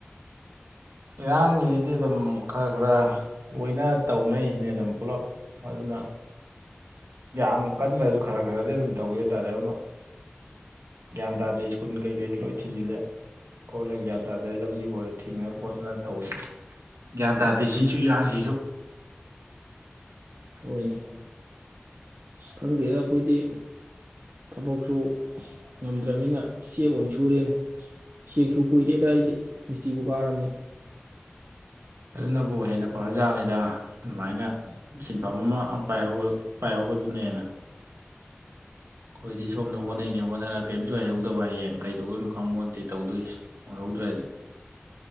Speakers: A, on the right; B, on the right.
A: ꯏꯔꯥꯡꯒꯤꯗꯤ ꯑꯗꯨꯝ ꯈꯔ ꯈꯔ ꯂꯣꯏꯅ ꯇꯧꯅꯩꯁꯤꯅꯤ ꯑꯗꯨꯝ ꯄꯨꯜꯂꯞ ꯑꯗꯨꯅ ꯌꯥꯝ ꯀꯟꯗ꯭ꯔꯁꯨ ꯈꯔ ꯈꯔꯗꯤ ꯑꯗꯨꯝ ꯇꯧꯋꯦ ꯍꯥꯏꯇꯥꯔꯦ ꯑꯗꯨꯅ ꯒ꯭ꯌꯥꯟ ꯇꯥꯗꯦ ꯁ꯭ꯀꯨꯜ ꯀꯩꯀꯩꯁꯨ ꯂꯣꯏ ꯊꯤꯡꯖꯤꯜꯂꯦ ꯈꯣꯠꯂꯦ ꯒ꯭ꯌꯥꯟ ꯇꯥꯗꯦ ꯂꯝꯕꯤ ꯈꯔ ꯊꯤꯡꯉ ꯈꯣꯠꯇꯅ ꯇꯧꯏꯤ ꯒ꯭ꯌꯥꯟ ꯇꯥꯗꯦ ꯁꯤꯁꯨ ꯏꯔꯥꯡꯁꯤꯁꯨ
B: ꯍꯣꯏꯅꯦ ꯈꯪꯗꯦꯗ ꯑꯈꯣꯏꯗꯤ ꯊꯕꯛꯁꯨ ꯉꯝꯗ꯭ꯔꯕꯅꯤꯅ ꯆꯦꯛ ꯑꯣꯏꯅ ꯁꯨꯔꯦꯅꯦ ꯆꯦꯛꯁꯨ ꯀꯨꯏꯔꯦꯗ ꯑꯩꯗꯤ ꯃꯤꯇꯤꯕꯨ ꯀꯥꯔꯕꯅꯦ
A: ꯑꯗꯨꯅꯕꯨ ꯍꯦꯟꯅ ꯐꯔ ꯖꯥꯠꯅꯤꯗ ꯑꯗꯨꯃꯥꯏꯅ ꯁꯤꯟꯐꯝ ꯑꯃ ꯄꯏ ꯄꯥꯏꯍꯧꯕꯗꯨꯅ ꯍꯦꯟꯅ ꯈꯣꯏꯗꯤ ꯁꯣꯝꯗ ꯍꯣꯠꯅꯩꯅꯦ ꯍꯣꯠꯅꯔꯒ ꯀꯦꯝꯁꯨ ꯍꯩꯍꯧꯗꯕ ꯍꯌꯦꯡ ꯀꯩꯗꯧꯗꯣꯏꯅꯣ ꯈꯪꯄꯣꯟꯇꯦ ꯇꯧꯗꯣꯏꯁꯤ ꯑꯣꯏꯍꯧꯗ꯭ꯔꯗꯤ